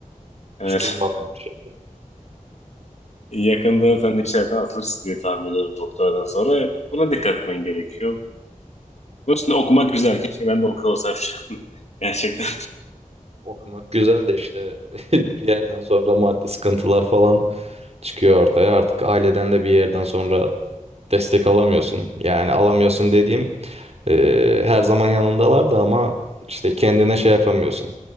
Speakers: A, on the left; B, on the right.
A: Evet.
B: Hiç duymadım bir şey.
A: Yakında sen de işlerden atılırsın diye tahmin ediyorum doktoradan sonra. Buna dikkat etmen gerekiyor. Bunun için de okumak güzel. Keşke ben de okuyor olsam şu an. <laughs> Gerçekten
B: Okumak güzel de işte <laughs> bir yerden sonra maddi sıkıntılar falan çıkıyor ortaya. Artık aileden de bir yerden sonra destek alamıyorsun. Yani alamıyorsun dediğim e, her zaman yanındalar da ama işte kendine şey yapamıyorsun.